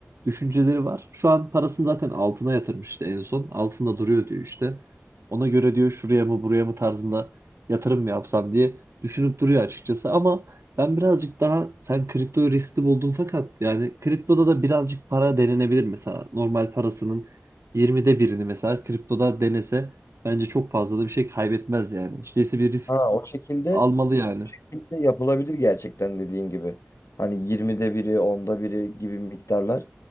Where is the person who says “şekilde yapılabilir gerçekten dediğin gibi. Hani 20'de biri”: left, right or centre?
Left